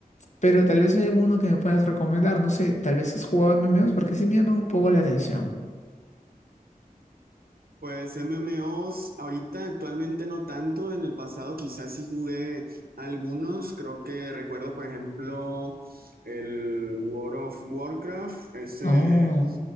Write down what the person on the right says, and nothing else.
Pues MMOs, ahorita actualmente no tanto, en el pasado quizás sí jugué algunos, creo que recuerdo por ejemplo el World of Warcraft, ese